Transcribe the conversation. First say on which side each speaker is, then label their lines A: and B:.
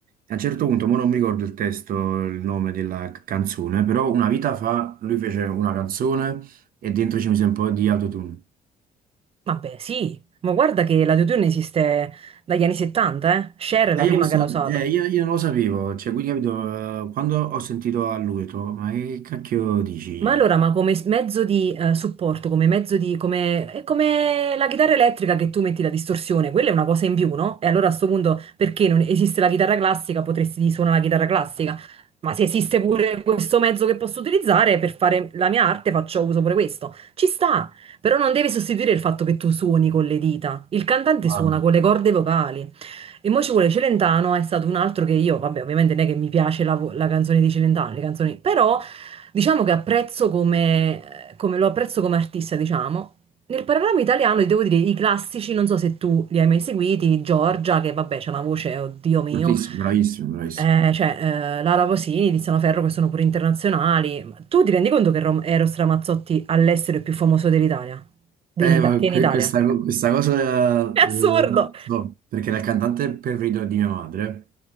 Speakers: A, on the right; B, on the right.
A: E a un certo punto, mo non mi ricordo il testo, il nome della c- canzone, però una vita fa lui fece una canzone e dentro ci mise un po' di autotune.
B: Vabbè, sì, ma guarda che l'autotune esiste dagli anni 70, eh. Cher è la
A: E
B: prima
A: io, Sì.
B: che
A: questo,
B: l'ha usato.
A: eh, io, io non lo sapevo, cioè, quindi capito, eh, quando ho sentito a lui, ho detto, ma che cacchio dici?
B: Ma allora, ma come s- mezzo di eh, supporto, come mezzo di... come... è come la chitarra elettrica che tu metti la distorsione, quella è una cosa in più, no? E allora a sto punto, perché non esiste la chitarra classica, potresti suonare la chitarra classica, ma se esiste pure questo mezzo che posso utilizzare per fare la mia arte, faccio uso pure questo. Ci sta, però non deve sostituire il fatto che tu suoni con le dita. Il cantante
A: Ah,
B: suona con le corde vocali. E mo ci vuole Celentano, è stato un altro che io, vabbè, ovviamente non è che mi piace la, vo- la canzone di Celentano, le canzoni, però diciamo che apprezzo come, come- lo apprezzo come artista, diciamo. Nel panorama italiano, ti devo dire, i classici, non so se tu li hai mai seguiti, Giorgia, che vabbè, c'ha una voce, oddio mio,
A: fortissimo, bravissimo, bravissimo.
B: eh, cioè eh, Lara Vosini, Tiziano Ferro, che sono pure internazionali. Ma Tu ti rendi conto che Rom- Eros Ramazzotti all'estero è più famoso dell'Italia? Di-
A: Eh,
B: in Ita-
A: ma
B: che
A: que-
B: in Italia?
A: questa, co- questa cosa
B: È
A: eh,
B: assurdo!
A: la so, perché la cantante è preferita di mia madre